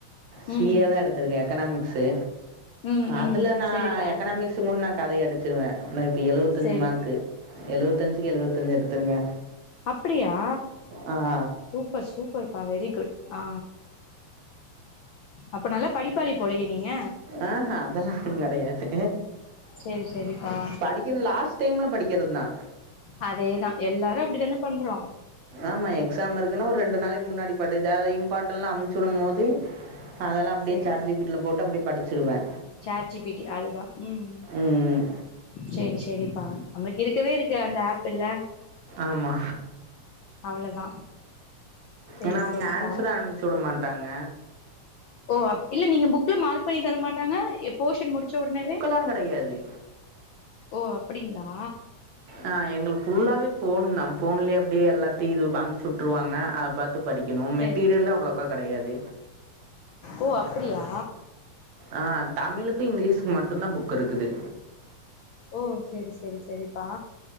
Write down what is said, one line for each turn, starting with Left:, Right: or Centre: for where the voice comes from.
Right: சி
Left: ம்
Right: ஏ தா எடுத்துருக்கே எக்கனாமிக்ஸு
Left: ம்
Right: அதுல
Left: ம்
Right: நா
Left: செரிப்பா
Right: எக்கனாமிக்ஸ கூட நா கதை அடிச்சிருவே நா இப்ப எழுவத்தஞ்சு
Left: செரி
Right: மார்க்கு எழுவத்தஞ்சுக்கு எழுவத்தஞ்சு எடுத்திருங்க
Left: அப்டியா
Right: ஆ அ
Left: சுப்பர் சூப்பர் பா வெரி குட் ஆ அப்ப நல்லா படிப்பாளி போலயே நீங்க
Right: ஆ ஹா அதெல்லா ஒண்ணு கெடையாது
Left: செரி செரிப்பா
Right: படிக்கணு லாஸ்ட் டைம்ல படிக்றது தா
Left: அதேதா எல்லாரு அப்டித்தானே பண்றோ
Right: ஆமா எக்ஸாம் இருக்குன்னா ஒரு ரெண்டு நாளைக் முன்னாடி படுஜா இம்பாட்டன்லா அமுச்சுடும் போது அதெல்லா அப்டியே
Left: செரி
Right: சாட் ஜி பி டி ல போட்டு அப்டியே படிச்சிடுவே
Left: சாட் ஜி பி டி அதுதா உம்
Right: ம்.
Left: சேரி சேரிப்பா நம்ளுக் இருக்கவே இருக்கு அந்த ஆப் பில்ல
Right: ஆமா
Left: அவ்ளோதா சேரி
Right: ஏன்னா அவங்க
Left: சேரிப்பா
Right: ஆன்சர அனுப்சுட மாட்டாங்க
Left: ஓ அப் இல்ல நீங்க புக்ல மார்க் பண்ணி தர மாட்டாங்க எ போஷன் முடிச்சவுடனவே
Right: <unintelligible> கெடையாது
Left: ஓ அப்டிங்ளா
Right: ஆ எங்கள்க்கு ஃபுல்லாவே ஃபோன்தா ஃபோன்லயே அப்டியே எல்லாத்தியு இது அம்ச்சுட்ருவாங்க அத பாத் த்து படிக்கணு
Left: சேரி
Right: மெட்டீரியல்லா அவ்ளோக்கா கெடையாது
Left: ஓ அப்டியா
Right: அ தமிழுக்கு இங்கிலீஷ்க்கு மட்டுந்தா புக் இருக்குது
Left: ஓ செரி செரி செரிப்பா